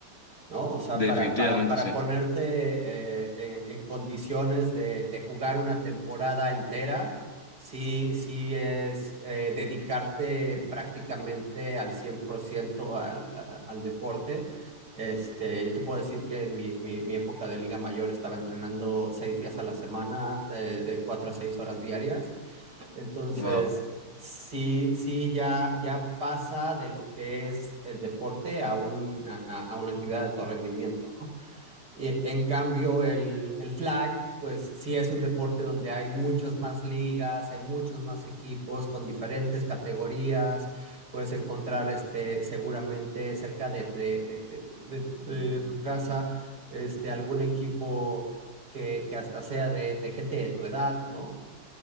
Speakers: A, on the right; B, on the left.
A: ¿no? O sea,
B: Definitivamente
A: para, para, para
B: sí.
A: ponerte eh, en, en, condiciones de, de, jugar una temporada entera, sí, sí es eh, dedicarte prácticamente al 100% al, a, al deporte. Este, yo te puedo decir que en mi, mi, mi, época de Liga Mayor estaba entrenando seis días a la semana, eh, de cuatro a seis horas diarias. Entonces,
B: Wow.
A: sí, sí, ya, ya pasa de lo que es el deporte a, un, a, a una actividad de alto rendimiento, ¿no? Y, en cambio, el, el flag, pues sí es un deporte donde hay muchas más ligas, hay muchos más equipos con diferentes categorías, puedes encontrar este, seguramente cerca de, de, de- de- de- de tu casa este, algún equipo que, que hasta sea de, de gente de tu edad, ¿no?